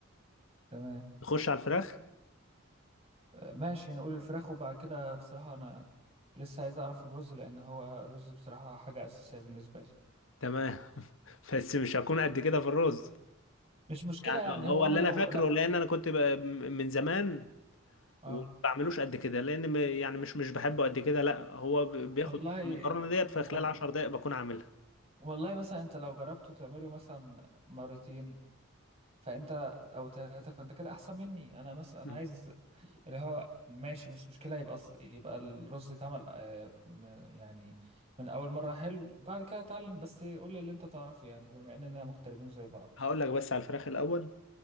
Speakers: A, on the right (about 30°); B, on the left (about 70°).
A: تمام
B: نخش على الفراخ
A: ماشي نقول الفراخ وبعد كده بصراحة أنا لسه عايز أعرف الرز لأن هو الرز بصراحة حاجة أساسية بالنسبة لي
B: تمام <laughs> بس مش هكون قد كده في الرز
A: مش مشكلة
B: يعني
A: يعني
B: هو
A: هو أنا
B: اللي
A: لو
B: انا فاكره
A: لو
B: لان انا كنت ب- من زمان
A: آه
B: وما بعملوش قد كده لان م- يعني مش مش بحبه قد كده لا هو ب- بياخد
A: والله
B: وقت المكرونه ديت في
A: وال...
B: خلال 10 دقائق بكون عاملها
A: والله مثلا أنت لو جربته تعمله مثلا مرتين فأنت أو ثلاثة فأنت كده أحسن مني أنا مثلا أنا
B: مم.
A: عايز اللي هو ماشي مش مشكلة يبقى ص- يبقى الرز يتعمل آه، م- يعني من أول مرة حلو بعد كده أتعلم بس قول لي اللي أنت تعرفه يعني بما إننا مغتربين زي بعض
B: هقول لك بس على الفراخ الاول